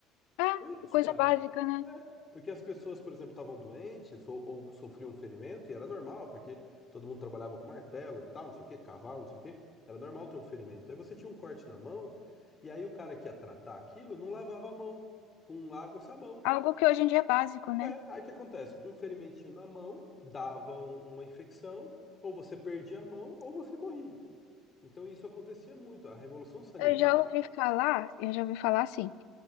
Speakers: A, on the left (about 85°); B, on the left (about 25°).
A: É,
B: Foi isso,
A: coisa
B: cara.
A: básica, né?
B: É, porque as pessoas, por exemplo, estavam doentes ou, ou sofriam um ferimento, e era normal, porque todo mundo trabalhava com martelo e tal, não sei o quê, cavalo, não sei o quê. Era normal ter um ferimento. Aí você tinha um corte na mão, e aí o cara que ia tratar aquilo não lavava a mão com água e sabão.
A: Algo que hoje em dia é básico, né?
B: É, aí o que acontece? Um ferimentinho na mão dava um- uma infecção, ou você perdia a mão, ou você morria. Então isso acontecia muito. A revolução sanitária
A: Eu já ouvi falar, eu já ouvi falar assim.